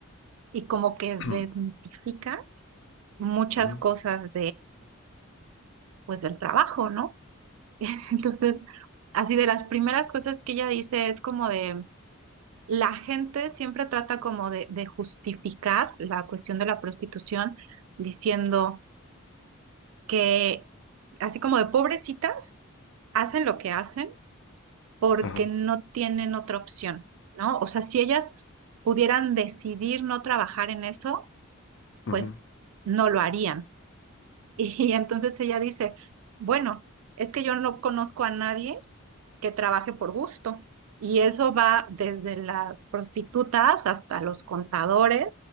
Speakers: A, on the right; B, on the left.
A: y como que desmitifica
B: <clears throat>
A: muchas
B: Ujú,
A: cosas pues del trabajo, ¿no? <laughs> Entonces, así de las primeras cosas que ella dice es como de, la gente siempre trata como de, de justificar la cuestión de la prostitución diciendo que, así como de pobrecitas, hacen lo que hacen porque
B: Ajá,
A: no tienen otra opción, ¿no? O sea, si ellas pudieran decidir no trabajar en eso,
B: ujú,
A: pues no lo harían. <laughs> Y, entonces ella dice, bueno, es que yo no conozco a nadie que trabaje por gusto. Y eso va desde las prostitutas hasta los contadores